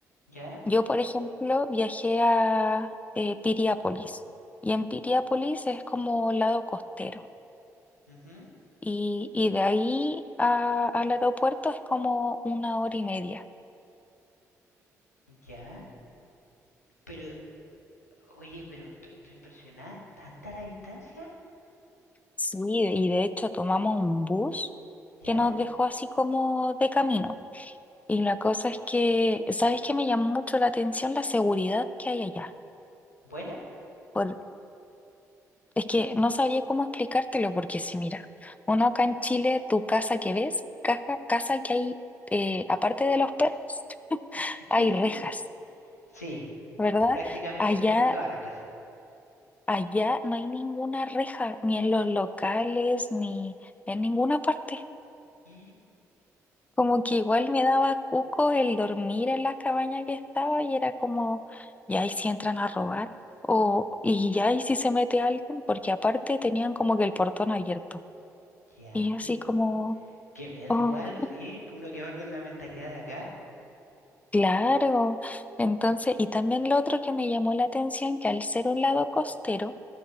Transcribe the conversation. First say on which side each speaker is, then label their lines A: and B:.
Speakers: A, on the left; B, on the left.
A: ¿Ya?
B: yo, por ejemplo, viajé a eh, Piriápolis y en Piriápolis es como lado costero
A: Ujú,
B: y, y de ahí a- al aeropuerto es como una hora y media.
A: ¿Ya? Pero, oye, pero estoy estoy impresionada. ¿Tanta la distancia?
B: Sí, y de hecho tomamos un bus
A: ¿Ya?
B: que nos dejó así como de camino. Y la cosa es que, ¿sabes qué me llamó mucho la atención? La seguridad que hay allá.
A: ¿Buena?
B: Por- es que no sabría cómo explicártelo, porque si mira, uno acá en Chile, tu casa que ves, caja, casa que hay, eh, aparte de los perros,
A: <laughs>
B: hay rejas,
A: Sí,
B: ¿verdad?
A: prácticamente
B: Allá,
A: en casi toda la casa.
B: allá no hay ninguna reja, ni en los locales, ni en ninguna parte.
A: <gasps> No,
B: Como que igual me daba cuco el dormir en la cabaña que estaba y era como, ya y si entran a robar, o y ya y si se mete alguien, porque aparte tenían como que el portón abierto.
A: Ya,
B: Y yo
A: y
B: así como,
A: que miedo
B: oh,
A: igual, sí, que uno que va con la mentalidad de acá,
B: claro. Entonces, y también lo otro que me llamó la atención, que al ser un lado costero,